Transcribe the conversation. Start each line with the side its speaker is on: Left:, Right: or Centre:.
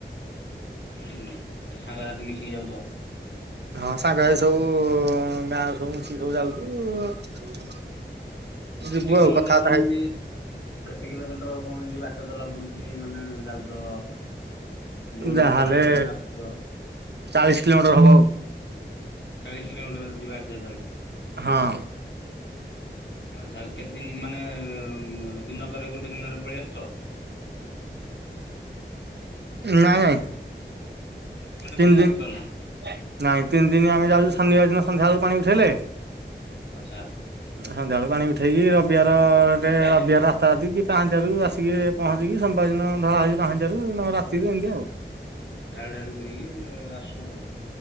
Left: ହୁଁ ଆଉ ସାଙ୍ଗସାଥି ମିଶିକି ଯାଉଚ?
Right: ହଁ ସାଙ୍ଗ ହେଇକି ସବୁ ଗାଁରୁ ସବୁ ମିସିକି ସବୁ ଯାଉଛୁ। ଯିବୁ
Left: କେତେ କିଲୋମିଟର
Right: ଆଉ କଥାବାର୍ତ୍ତା
Left: କହୁ
Right: ହେଇ
Left: ନାହାନ୍ତି? କେତେ କିଲୋମିଟର କଣ ଏମତି ବାଟ ଚଲା ପଡୁଛି ମାନେ ଯାଉଚ? ବୋଲବମରୁ
Right: ଯାହାହେଲେ
Left: ହାଡ଼ରୁ ଆସୁଛ
Right: ଚାଳିଶ କିଲୋମିଟର ହବ ଆଉ।
Left: ଚାଳିଶ କିଲୋମିଟର ଯିବା ଆସିବା ଚାଲୁଛି।
Right: ହଁ।
Left: ଆଚ୍ଛା କେତେ ଦିନ ମାନେ ଦିନକରେ ଗୋଟେ ଦିନରେ ପଳେଇ ଆସୁଛ?
Right: ନାଇଁ ନାଇଁ।
Left: ଗୋଟେ
Right: ତିନି
Left: ଦିନରେ
Right: ଦିନ
Left: ଆସିପାରୁନ?
Right: ନାଇଁ ତିନି ଦିନ, ଆମେ ଯାଉଛୁ ଶନିବାର ଦିନ ସନ୍ଧ୍ୟାବେଳକୁ ପାଣି ଉଠେଇଲେ।
Left: ଆଚ୍ଛା।
Right: ସନ୍ଧ୍ୟାବେଳକୁ ପାଣି ଉଠେଇକି ରବିବାର, ରବିବାର ରାତା ରାତି କି ପାହାଁନ୍ତିଆରୁ ଆ ଆସିକି ପହଞ୍ଚିକି ସୋମବାର ଦିନ ଢ଼ଳା ହଉଛି ପାହାଁନ୍ତିଆରୁ, ନହେଲେ ରାତିକୁ ଏମିତି ଆଉ।
Left: ଢାଳ ଢ଼ାଳୁ କରିକି ଆସୁ ଆଉ।